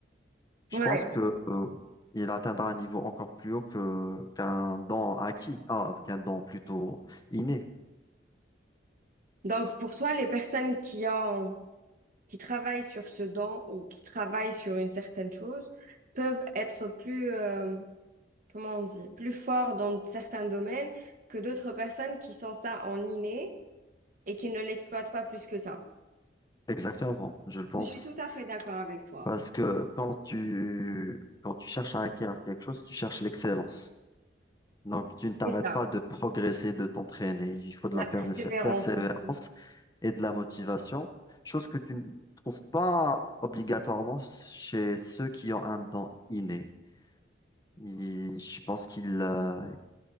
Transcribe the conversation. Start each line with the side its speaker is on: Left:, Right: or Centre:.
Left: je
Right: Ouais.
Left: pense que, euh, il atteindra un niveau encore plus haut que, qu'un don acquis, ah, qu'un don plutôt inné.
Right: Donc pour toi, les personnes qui ont, qui travaillent sur ce don ou qui travaillent sur une certaine chose peuvent être plus, euh, comment on dit, plus fort dans certains domaines que d'autres personnes qui sont ça en inné et qui ne l'exploitent pas plus que ça.
Left: Exactement, je le pense.
Right: Je suis tout à fait d'accord avec toi.
Left: Parce que quand tu, quand tu cherches à acquérir quelque chose, tu cherches l'excellence. Donc, tu ne t'arrêtes
Right: C'est ça,
Left: pas de progresser, de t'entraîner. Il faut de
Right: la
Left: la persé-
Right: persévérance
Left: persévérance
Right: aussi.
Left: et de la motivation, chose que tu ne trouves pas obligatoirement chez ceux qui ont un don inné. Ils- je pense qu'ils euh,